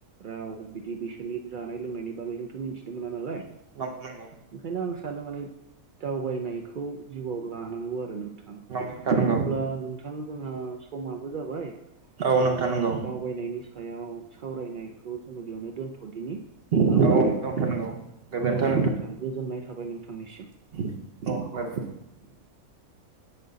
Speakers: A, on the right; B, on the right.
A: राव बिदि बिसोरनि जानाय-लोंनायनि बागै जोंथ' मिथिनो मोना नालाय।
B: <unintelligible> नंगौ
A: ओंखायनो आं सानो माने दावबायनायखौ जिउआव लानांगौ आरो नोंथां।
B: नोंथां नंगौ नोंथां नंगौ नोंथां नंगौ
A: अब्ला नोंथां जोंहा समाबो जाबाय। दा
B: औ नोंथां नंगौ
A: जोङो दावबायनायनि सायाव सावरायनायखौ जोङो बेयावनो दोन थ'दिनि नङा
B: औ नंगौ
A: होमबा
B: नोंथां नंगौ गोजोन्थों
A: औ नोंथां गोजोननाय थाबाय नोंथांनिसिम।
B: अ <unintelligible>
A: <inaudible>